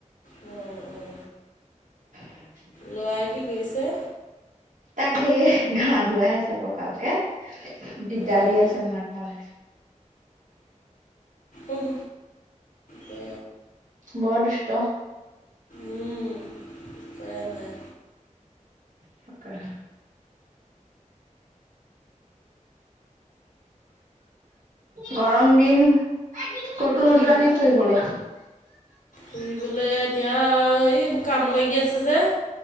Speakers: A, on the left; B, on the right.
A: অঁ অঁ।
B: <unintelligible>
A: ল'ৰাই কি কৰিছে?
B: তাক সেই গা ধুৱাই আছে ককাকে দিগদাৰ
A: অঁ
B: দি আছে মাক মানে।
A: অহ, অ।
B: বৰ দুষ্ট।
A: উম উপায়ে নাই।
B: তাকেহে। গৰম দিন ক'তো নোযোৱা
A: উম,
B: নেকি ফুৰিবলে?
A: ফুৰিবলে এতিয়া এইবোৰ কাম লাগি আছে যে,